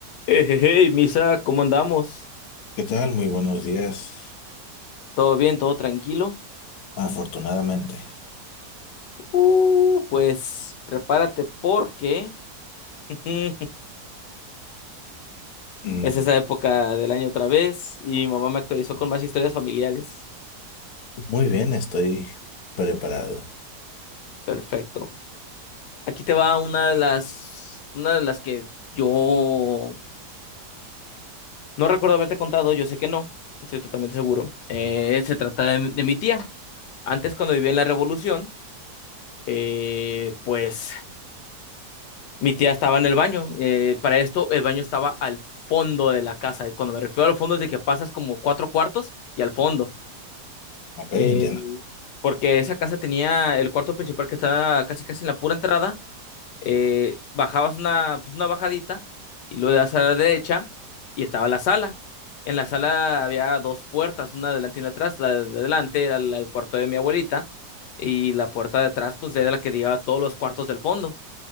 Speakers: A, on the left; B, on the left.
A: Eh, Hey, hey, Misa, ¿cómo andamos?
B: ¿Qué tal? Muy buenos días.
A: ¿Todo bien? ¿Todo tranquilo?
B: Afortunadamente.
A: Uh, pues prepárate porque <laughs>
B: Mm,
A: es esa época del año otra vez y mi mamá me actualizó con más historias familiares.
B: Muy bien, estoy preparado.
A: Perfecto. Aquí te va una de las, una de las que yo no recuerdo haberte contado, yo sé que no, estoy totalmente seguro. Eh, se trata de de mi tía. Antes, cuando vivía en la Revolución, eh, pues Mi tía estaba en el baño. eh, para esto, el baño estaba al fondo de la casa. Y cuando me refiero al fondo es de que pasas como cuatro cuartos y al fondo.
B: Ok,
A: Eh,
B: entiendo.
A: porque esa casa tenía el cuarto principal que estaba casi casi en la pura entrada. eh, bajabas una, pues una bajadita y luego das a la derecha y estaba la sala. En la sala había dos puertas, una adelante y una atrás. La de adelante era la- el cuarto de mi abuelita y la puerta de atrás pues era la que llevaba a todos los cuartos del fondo.